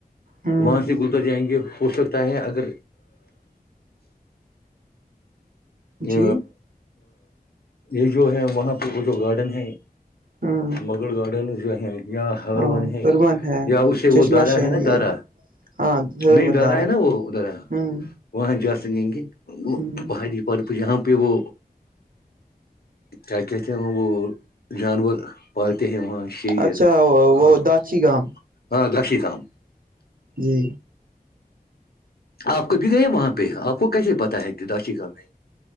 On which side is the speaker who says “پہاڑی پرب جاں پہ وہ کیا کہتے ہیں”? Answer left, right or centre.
Left